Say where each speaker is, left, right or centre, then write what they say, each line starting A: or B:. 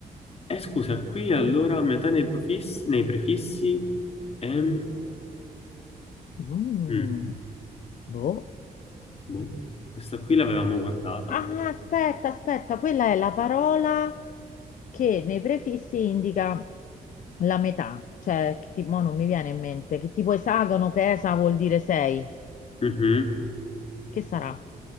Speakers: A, on the left; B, on the left.
A: Eh, scusa, qui allora metà nei profissi, nei prefissi M...
B: Mm,
A: mm,
B: boh.
A: boh. Questa qui l'avevamo guardata.
B: Ah, aspetta, aspetta, quella è la parola che nei prefissi indica la metà, cioè, che ti- mo non mi viene in mente, che tipo esagono, che esa vuol dire sei.
A: Mhm.
B: Che sarà?